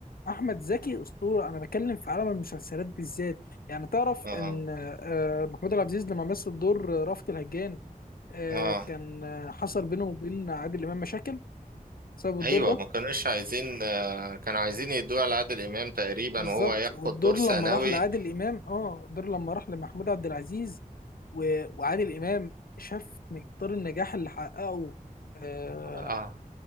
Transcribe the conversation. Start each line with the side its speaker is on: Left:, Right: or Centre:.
Left: أحمد زكي أسطورة أنا بتكلم في عالم المسلسلات بالذات يعني تعرف
Right: اه
Left: إن آه، محمود عبد العزيز لما مثل دور رأفت الهجان آه،
Right: اه
Left: كان آه، حصل بينه وبين عادل إمام مشاكل بسبب الدور
Right: ايوه
Left: ده
Right: ما كانوش عايزين آه، كانوا عايزين يدوه على عادل امام تقريبا
Left: بالظبط
Right: وهو ياخد
Left: والدور
Right: دور
Left: لما
Right: ثانوي
Left: راح لعادل امام اه الدور لما راح لمحمود عبد العزيز و... وعادل امام شاف مقدار النجاح اللي حققه آه
Right: اه